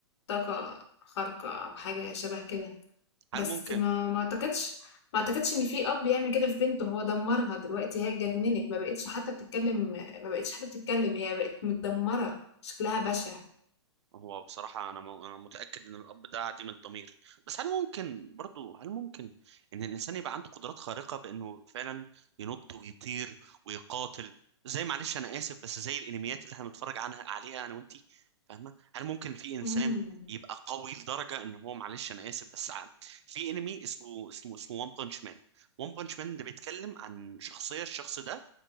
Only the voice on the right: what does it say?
هل ممكن
هو بصراحة أنا م- أنا متأكد إن الأب ده عديم الضمير بس هل ممكن برضو هل ممكن إن الإنسان يبقى عنده قدرات خارقة بإنه فعلا ينط ويطير ويقاتل زي معلش أنا آسف بس زي الأنميات اللي إحنا بنتفرج عنها عليها أنا وأنتي فاهمة هل ممكن في إنسان
يبقى قوي لدرجة إن هو معلش أنا آسف بس ع- في أنمي اسمه اسمه اسمه وان بانش مان وان بانش مان ده بيتكلم عن شخصية الشخص ده